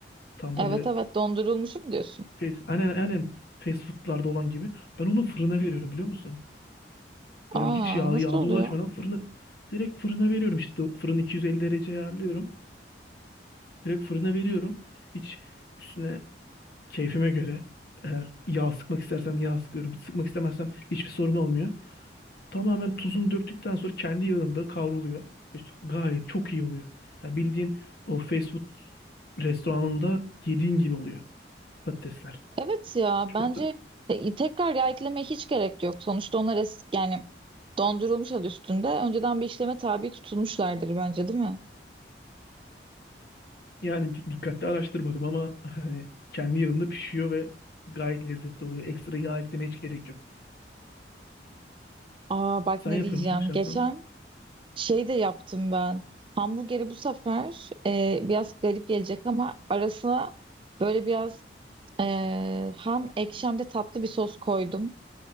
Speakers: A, on the left; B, on the right.
A: Tam
B: Evet
A: böyle
B: evet dondurulmuşu mu diyorsun?
A: fe- aynen aynen fast food'larda olan gibi. Ben onu fırına veriyorum biliyor musun?
B: Aa
A: Böyle hiç yağ
B: nasıl
A: yağda
B: oluyor?
A: ulaşmadan fırına direkt fırına veriyorum işte fırını 250 derece ayarlıyorum. Direkt fırına veriyorum. Hiç üstüne keyfime göre eğer yağ sıkmak istersem yağ sıkıyorum. Sıkmak istemezsem hiçbir sorun olmuyor. Tamamen tuzunu döktükten sonra kendi yağında kavruluyor. İşte gayet çok iyi oluyor. Yani bildiğin o fast food restoranında yediğin gibi oluyor patatesler.
B: Evet ya
A: Çok
B: bence
A: da
B: e, tekrar yağ eklemeye hiç gerek yok. Sonuçta onlar es yani dondurulmuş adı üstünde. Önceden bir işleme tabi tutulmuşlardır bence değil mi?
A: Yani di- dikkatli araştırmadım ama hani kendi yağında pişiyor ve gayet lezzetli oluyor. Ekstra yağ eklemeye hiç gerek yok.
B: Aa bak
A: Sen
B: ne
A: yapıyor
B: diyeceğim.
A: musun dışarıdan?
B: Geçen şey de yaptım ben. Hamburgeri bu sefer e, biraz garip gelecek ama arasına böyle biraz e, hem ekşi hem de tatlı bir sos koydum.